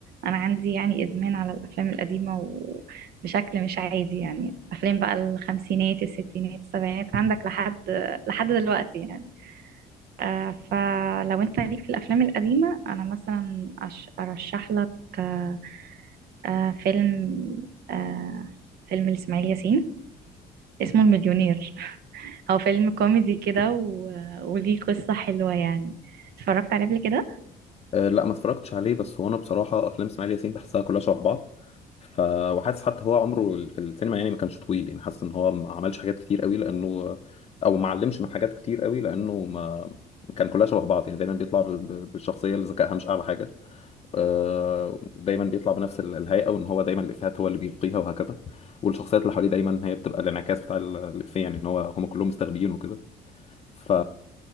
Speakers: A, on the right (about 70°); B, on the left (about 35°).
A: أنا عندي يعني إدمان على الأفلام القديمة وبشكل مش عادي يعني أفلام بقى الخمسينات الستينات السبعينات عندك لحد لحد دلوقتي يعني آه فلو أنت ليك في الأفلام القديمة أنا مثلا أش- أرشح لك آه آه فيلم آه فيلم لإسماعيل ياسين اسمه المليونير هو فيلم كوميدي كده و... وليه قصة حلوة يعني اتفرجت عليه قبل كده
B: أه لا ما اتفرجتش عليه بس هو انا بصراحه افلام اسماعيل ياسين بحسها كلها شبه بعض ف وحاسس حتى هو عمره في السينما يعني ما كانش طويل يعني حاسس ان هو ما عملش حاجات كتير قوي لانه او ما علمش من حاجات كتير قوي لانه ما كان كلها شبه بعض يعني دايما بيطلع ب- ب- بالشخصيه اللي ذكائها مش اعلى حاجه آه، دايما بيطلع بنفس ال- الهيئه وان هو دايما الافيهات هو اللي بيلقيها وهكذا والشخصيات اللي حواليه دايما هي بتبقى الانعكاس بتاع ال- الافيه يعني ان هو هم كلهم مستخبيين وكده ف